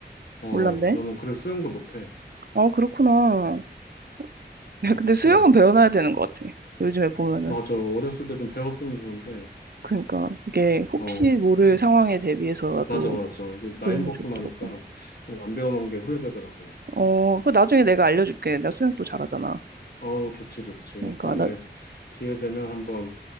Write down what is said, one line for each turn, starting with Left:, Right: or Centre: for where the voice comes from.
Left: 어,
Right: 몰랐네.
Left: 나는 그래서 수영도 못해.
Right: 아, 그렇구나. <laughs> 야, 근데 수영은
Left: 어,
Right: 배워놔야 되는 것 같아. 요즘에 보면은.
Left: 맞아. 어렸을 때 좀 배웠으면 좋은데,
Right: 그러니까 이게 혹시
Left: 어,
Right: 모를
Left: 이-
Right: 상황에 대비해서라도
Left: 맞아, 맞아. 이게 나이
Right: 배우는
Left: 먹고
Right: 게 좋더라고.
Left: 나니까 좀 안 배워놓은 게 후회되더라고.
Right: 어, 그 나중에 내가 알려줄게. 나 수영 또 잘하잖아.
Left: 어우, 좋지, 좋지.
Right: 그러니까
Left: 다음에
Right: 나
Left: 기회 되면 한번